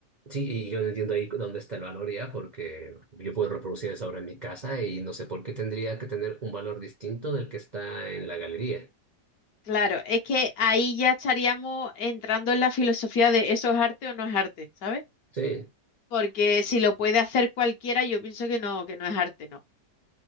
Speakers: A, on the right (about 55°); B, on the left (about 65°).
A: Sí, y yo no entiendo ahí dónde está el valor ya, porque yo puedo reproducir esa obra en mi casa y no sé por qué tendría que tener un valor distinto del que está en la galería.
B: Claro, es que ahí ya estaríamos entrando en la filosofía de eso es arte o no es arte, ¿sabes?
A: Sí,
B: Porque si lo puede hacer cualquiera, yo pienso que no, que no es arte, no.